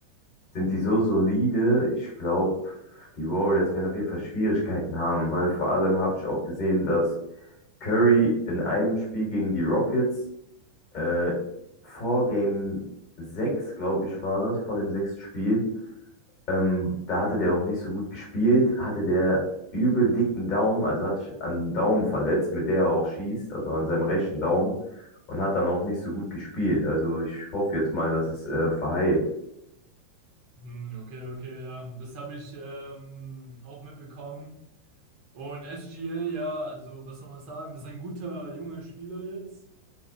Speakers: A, on the left; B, on the right.
A: sind die so solide? Ich glaube, die Warriors werden auf jeden Fall Schwierigkeiten haben, weil vor allem habe ich auch gesehen, dass Curry in einem Spiel gegen die Rockets äh, vor Game 6, glaube ich, war das, vor dem sechsten Spiel, ähm, da hatte der auch nicht so gut gespielt, hatte der übel dicken Daumen, also hat sich an den Daumen verletzt, mit der er auch schießt, also an seinem rechten Daumen und hat dann auch nicht so gut gespielt. Also ich hoffe jetzt mal, dass es äh, verheilt.
B: Hm, okay, okay, ja. Das habe ich ähm, auch mitbekommen. Und SGA, ja, also was soll man sagen? Das ist ein guter junger Spieler jetzt,